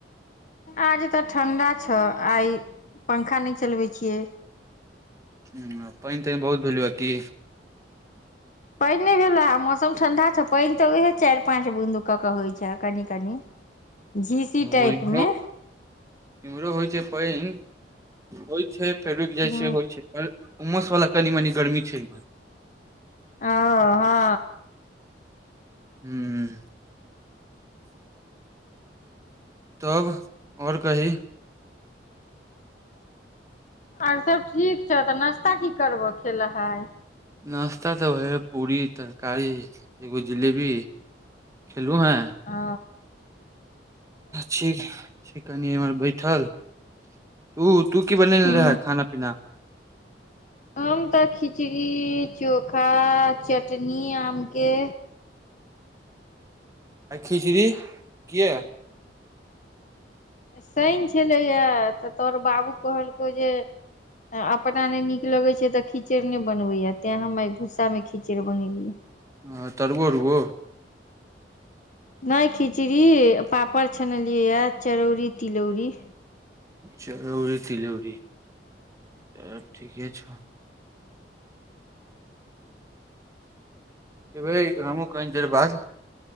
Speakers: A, on the left (about 45°); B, on the right (about 15°).
A: आज तऽ ठंडा छ आइ पंखा नहि चलबे छियै
B: हुँ पानि तानि बहुत भेलू ह की
A: पानि नहि भेलए आ मौसम ठण्डा छै पानि तऽ उहे चारि पाँच बुन्दू कऽ कऽ होइत छै कनि कनि झीसी टाइप
B: ओ इमहरो
A: मे
B: इम्हरो होइ छै पानि होइत छै फेर रुकि जाइ
A: हँ
B: छै हो छै उमस वाला कनी मनी गर्मी छै
A: ओ हँ
B: हूँ तब ओर कही
A: आर सब ठीक छौ तऽ नाश्ता की करबह खेल आय
B: नाश्ता तऽ वहे पूरी तरकारी एगो जिलेबी खेलूँ है
A: अ
B: छी छी कनी इम्हर बैठल तू तु की बनेनेे
A: हूँ
B: रहै खाना पीना
A: हम तऽ खिचड़ी चोखा चटनी आमके
B: आय खिचड़ी किए
A: आय सैन छलै या तऽ तोहर बाबू कहलकौ जे अपना नै नीक की लगे छै ते खिचैड़ ने बनवे या तेय हम आय गुस्सा मे खिचैड़ बनेलियै
B: हँ तरुओ उरुओ
A: नहि खिचड़ी पापड़ छनलियै यए चरौरी तिलौरी
B: चिरोरी तिलौरी त ठीके छौ एबे हमहु कनि देर बाद